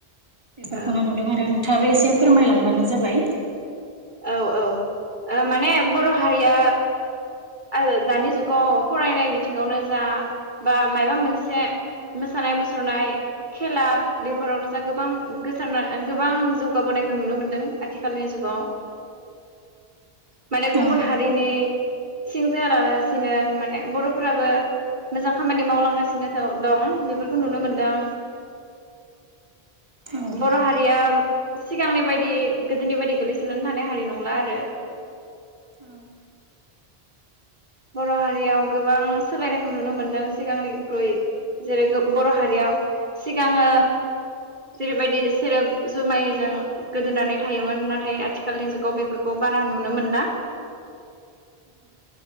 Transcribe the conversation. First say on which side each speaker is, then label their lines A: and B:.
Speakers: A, on the right; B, on the right.
A: बेफोरखौ
B: औ
A: नुदों आरो नोंथाङाबो एसे फोरमायलांबानो जाबाय
B: औ औ ओ माने बर' हारिया आरो दानि जुगाव फरायनाय बिथिङावनो जा बा मायबा मोनसे मोसानाय मुसुरनाय खेला बेफोरावनो जा गोबां गोसारना गोबां जौगाबोनायखौ नुनो मोनदों आथिखालनि जुगाव। माने गुबुन
A: औ
B: हारिनि सिं जाया लासिनो माने बर'फोराबो मोजां खामानि मावलांगासिनो दं बेफोरखौ नुनो मोनदों।
A: औ
B: बर' हारिया सिगांनि बायदि गोदोनि बायदि गोलैस सोनानै थानानै थानाय हारि नंला आरो
A: औ
B: बर' हारियाव गोबां सोलायनायखौ नुनो मोनदों सिगांनिख्रुइ जेरै गो बर' हारियाव सिगाङो जेरैबायदि सेरेब जुमायजों गोदोनानै थायोमोन नाथाय आथिखालनि जुगाव बेफोरखौ बारा नुनो मोनला।